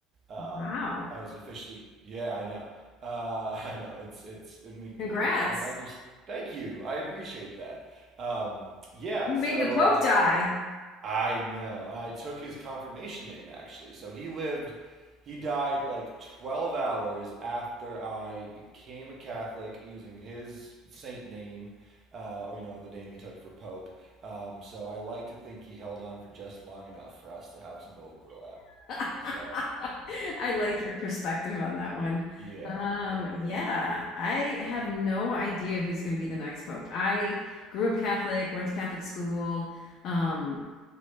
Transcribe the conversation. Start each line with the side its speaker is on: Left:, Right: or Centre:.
Right: Um,
Left: Wow.
Right: I was officially, yeah, I know, uh, <laughs> I know. It's it's, and we can get
Left: Congrats.
Right: into it. I understand. Thank you. I appreciate that. Um, yeah.
Left: You
Right: So.
Left: made the Pope
Right: Uh,
Left: die.
Right: I know. I took his confirmation name actually. So he lived he died like 12 hours after I became a Catholic using his saint name uh, or you know the name he took for pope. Um, so I like to think he held on for just long enough for us to have some overlap.
Left: <laughs>
Right: So
Left: I like
Right: yeah.
Left: your perspective on that one.
Right: Yeah.
Left: Um,
Right: Yeah,
Left: yeah,
Right: yeah.
Left: I have no idea who's going to be the next pope. I grew up Catholic, went to Catholic school, um,